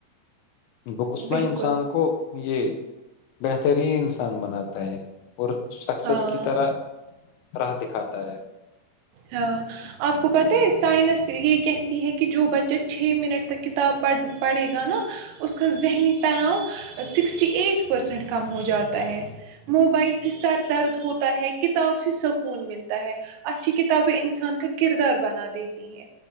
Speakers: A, on the left (about 80°); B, on the right (about 75°).
A: بکس
B: بالکل
A: نہ انسان کو یہ بہترین انسان بناتا ہے اور سس
B: ہاں
A: کی طرح راہ دکھاتا ہے
B: ہاں آپ کو پتہ ہے سائنس یہ کہتی ہے کہ جو بچہ چھ منٹ تک کتاب پڑھے گا نا اس کا ذہنی تناؤ سکسٹی ایٹ پرسینٹ کم ہو جاتا ہے موبائل سے سر درد ہوتا ہے کتاب سے سکون ملتا ہے اچھی کتابیں انسان کا کردار بنا دیتی ہیں